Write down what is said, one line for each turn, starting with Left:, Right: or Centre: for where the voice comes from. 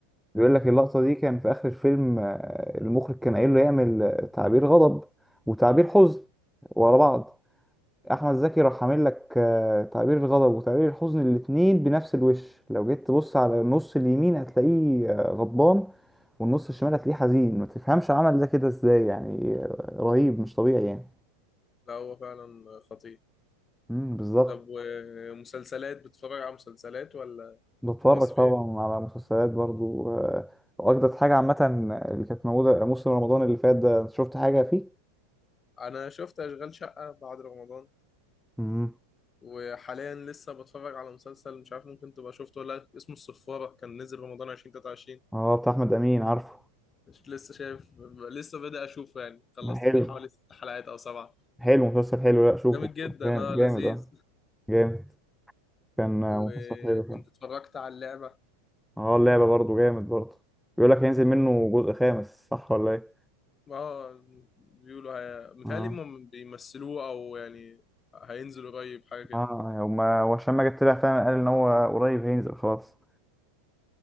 Centre: بيقول لك اللقطه دي كان في اخر الفيلم آه، المخرج كان قايل له يعمل آه، تعبير غضب وتعبير حزن ورا بعض احمد زكي راح عامل لك آه، تعبير الغضب وتعبير الحزن الاتنين بنفس الوش لو جيت تبص على النص اليمين هتلاقيه آه، غضبان والنص الشمال هتلاقيه حزين ما تفهمش عمل ده كده ازاي يعني آه، رهيب مش طبيعي يعني
Left: لا هو فعلا خطير
Centre: امم بالظبط
Left: طب ومسلسلات بتتفرج على مسلسلات ولا
Centre: بتفرج
Left: مصري
Centre: طبعا
Left: يعني؟
Centre: على مسلسلات برضو آه، واجدد حاجة عامة اللي كانت موجودة موسم رمضان اللي فات ده شفت حاجة فيه
Left: انا شفت اشغال شقه بعد رمضان
Centre: امم
Left: وحاليا لسه بتفرج على مسلسل مش عارف ممكن تبقى شفته ولا لأ، اسمه الصفارة كان نزل رمضان 2023
Centre: اه بتاع احمد امين عارفه
Left: لسه شايف لسه بدأ أشوفه يعني خلصت
Centre: عارف
Left: فيه
Centre: حلو
Left: حوالي ست حلقات أو سبعة
Centre: حلو مسلسل حلو لا شوفه
Left: جامد جدا
Centre: جامد
Left: اه لذيذ
Centre: جامد اه جامد كان آه،
Left: وكنت
Centre: مسلسل حلو
Left: اتفرجت على اللعبة
Centre: اه اللعبة برضه جامد برضه بيقول لك هينزل منه جزء خامس صح ولا ايه؟
Left: اه بيقولوا هي... متهيألي
Centre: اه
Left: هم بيمثلوه أو يعني هينزل قريب حاجة كده
Centre: اه هما وعشان ما جت طلع فعلا قال ان هو قريب هينزل خلاص